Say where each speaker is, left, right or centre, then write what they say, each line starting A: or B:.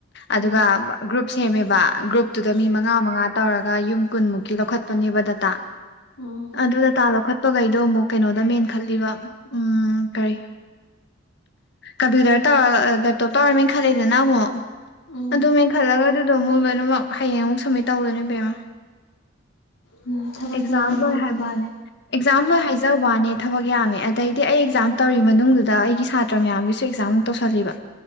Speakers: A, on the left (about 85°); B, on the left (about 55°).
A: ꯎꯝ
B: ꯑꯗꯨꯒ ꯒ꯭ꯔꯨꯞ ꯁꯦꯝꯃꯦꯕ ꯒ꯭ꯔꯨꯞꯇꯨꯗ ꯃꯤ ꯃꯉꯥ ꯃꯉꯥ ꯇꯧꯔꯒ ꯌꯨꯝ ꯀꯨꯟꯃꯨꯛꯀꯤ ꯂꯧꯈꯠꯄꯅꯦꯕ ꯗꯇꯥ
A: ꯎꯝ
B: ꯑꯗꯨ ꯗꯇꯥ ꯂꯧꯈꯠ ꯆꯠꯄꯈꯩꯗꯣ ꯑꯃꯨꯛ ꯀꯩꯅꯣꯗ ꯃꯦꯟꯈꯠꯂꯤꯕ ꯎꯝ ꯀꯔꯤ ꯀꯨꯝꯄꯤꯎꯇꯔ ꯇꯧ ꯇꯦꯞꯇꯣ ꯇꯧꯔ ꯃꯦꯟꯈꯠꯂꯛꯗꯅ ꯑꯃꯨꯛ
A: ꯎꯝ
B: ꯑꯗꯨ ꯃꯦꯟꯈꯠꯂꯒ ꯑꯗꯣ ꯑꯃꯨꯛ ꯂꯣꯏꯅꯃꯛ ꯍꯌꯦꯡ ꯑꯃꯨꯛ ꯁꯝꯃꯤꯠ ꯇꯧꯗꯣꯏꯅꯦ ꯄꯦꯝꯃꯥ
A: ꯎꯝ ꯊꯕꯛꯁꯦ
B: ꯑꯦꯛꯖꯥꯝ
A: ꯌꯥꯝꯃꯤꯅꯦ
B: ꯂꯣꯏ
A: ꯑꯗꯨꯗꯤ
B: ꯍꯥꯏꯕꯅꯦ ꯑꯦꯛꯖꯥꯝ ꯂꯣꯏ ꯍꯥꯏꯖ ꯋꯥꯅꯦ ꯊꯕꯛ ꯌꯥꯝꯃꯦ ꯑꯗꯩꯗꯤ ꯑꯩ ꯑꯦꯛꯖꯥꯝ ꯇꯧꯔꯤ ꯃꯅꯨꯡꯗꯨꯗ ꯑꯩꯒꯤ ꯁꯥꯇ꯭ꯔ ꯅꯠꯇ꯭ꯔ ꯃꯌꯥꯝꯒꯤꯁꯨ ꯑꯦꯛꯖꯥꯝꯨꯛ ꯇꯧꯁꯜꯂꯤꯕ